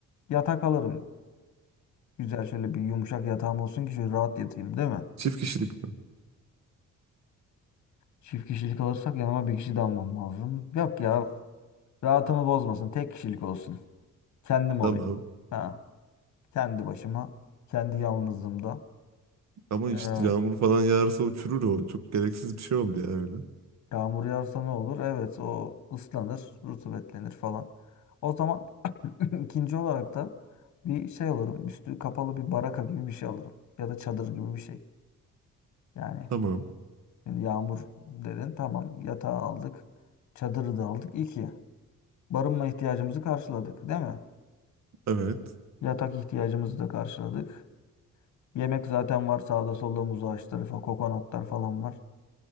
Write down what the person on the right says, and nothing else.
Çift kişilik mi?
Tamam.
Ama işte
yağmur falan yağarsa o çürür o. Çok gereksiz bir şey oldu ya öyle.
Tamam.
Evet.